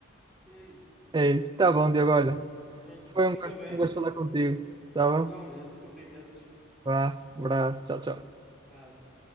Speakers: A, in the centre; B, on the right.
A: E é isso.
B: É isso. Tá bom, Diogo, olha.
A: Pronto. Fica
B: Foi um gosto,
A: bem.
B: um gosto falar contigo. Tá bom?
A: Igualmente. Cumprimentos.
B: Vá, abraço, tchau, tchau.
A: Abraço.